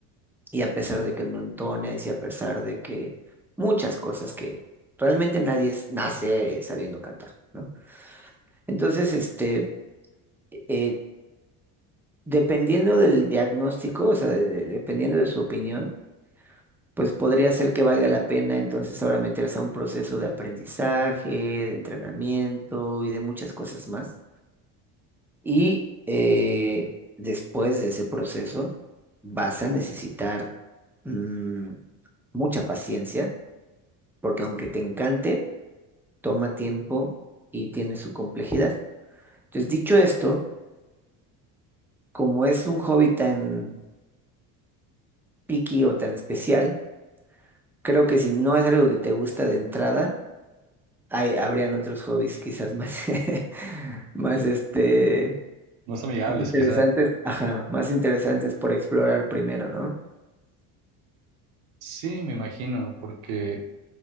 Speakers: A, in the centre; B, on the right (about 75°).
A: y a pesar de que no entones, y a pesar de que muchas cosas que realmente nadie es- nace sabiendo cantar, ¿no? Entonces, este eh, Dependiendo del diagnóstico, o sea, de- de- dependiendo de su opinión, pues podría ser que valga la pena entonces ahora meterse a un proceso de aprendizaje, de entrenamiento y de muchas cosas más. Y eh, después de ese proceso vas a necesitar mm, mucha paciencia, porque aunque te encante, toma tiempo y tiene su complejidad. Entonces, dicho esto, como es un hobby tan picky o tan especial, Creo que si no es algo que te gusta de entrada, hay, habrían otros hobbies quizás más, <laughs> más este,
B: Más amigables,
A: más interesantes,
B: quizá.
A: ajá, más interesantes por explorar primero, ¿no?
B: Sí, me imagino, porque